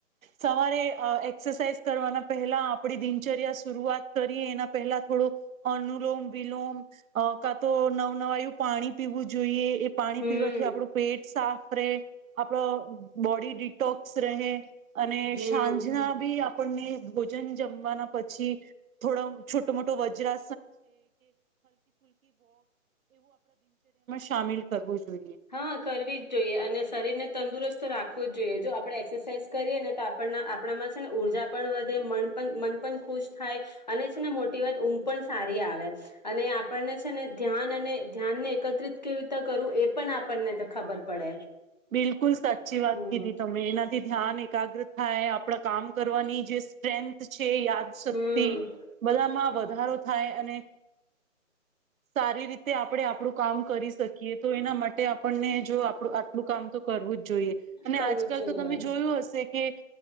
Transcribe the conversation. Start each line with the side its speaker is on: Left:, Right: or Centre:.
Right: સવારે એક્સરસાાઈઝ કરવાના પહેલા આપડી દિનચર્યા શરૂઆત કરીએ એના પહેલા થોડું અનુલોમ વિલોમ, કા તો નવ નવા એવું પાણી પીવું જોઈએ પાણી
Left: હમ
Right: પીવાથી આપણું પેટ સાફ રહે, આપડો બોડી ડિટોક્સ રહે, અને
Left: હમ
Right: સાંજના બી આપણને ભોજન જમવાના પછી થોડો છોટો મોટો વજ્ર સાામલ કરવું. જોઈએ
Left: હા કરવી જ જોઈએ અને શરીર ને તંદુરસ્ત તો રાખવું જ જોઈએ જો આપડણે એક્સરસાઇઝ કરીએ ને તો આપણ આપણામાં છે ને ઉઊર્જા પણ વધે મન પણ મન પણ ખુશ થાય અને છે ને મોટી વાત ઊંઘ પણ સારી આવે અને આપણને છે ને ધ્યાન અને ધ્યાન ને એકત્રિત કેવી રીતે કરવું એ પણ આપણને તો ખબર પડે,
Right: બિલકુલ સાચી વાત
Left: હમ
Right: કીધી તમે એનાથી ધ્યાન એકાગ્ર થાય આપણા કામ કરવાની જે સ્ટ્રેન્થ છે યાદ શક્તિ
Left: હમ
Right: બધામાં વધારો થાય અને સારી રીતે આપણે આપણું કામ કરી શકીએ તો એના માટે આપણને જો આપણું કામ તો કરવું જ જોઈએ અને
Left: કરવું
Right: આજકાલ
Left: જ જોઈએ
Right: તો તમે જોયું હશે કે